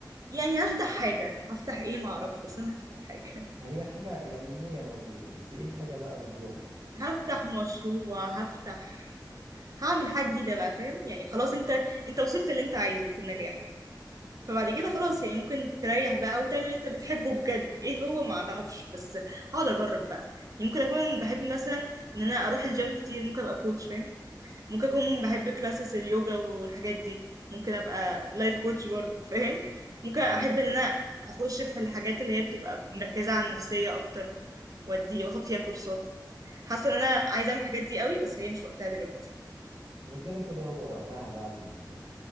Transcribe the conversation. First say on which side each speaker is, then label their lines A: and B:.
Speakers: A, on the right (about 50°); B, on the right (about 75°).
A: يعني هفتح حاجة هفتح ايه معرفش بس انا هفتح حاجة
B: هي الحاجة يعني النية موجودة بس ايه الحاجة بقى بظروفها
A: <laughs> هفتح مشروع هفتح هعمل حاجة جديدة بقى فاهم يعني خلاص انت انت وصلت اللي انت عايزه في النجاح فبعد كده خلاص يعني ممكن تريح بقى وتعمل اللي انت بتحبه بجد ايه هو معرفش بس هقعد اجرب بقى يعني ممكن اكون بحب مثلا ان انا اروح الجيم كتير ممكن ابقى كوتش فاهم ممكن اكون بحب كلاسز اليوجا والحاجات دي ممكن ابقى لايف كوتش برضه فاهم ممكن احب
B: ايوه
A: ان
B: آه.
A: انا اخش في الحاجات اللي هي بتبقى مركزة على النفسية اكتر وادي واخد فيها كورسات حاسه ان انا عايزه اعمل الحاجات دي قوي بس هي مش وقتها دلوقتي
B: هو كده كده هو وقتها بعد ال...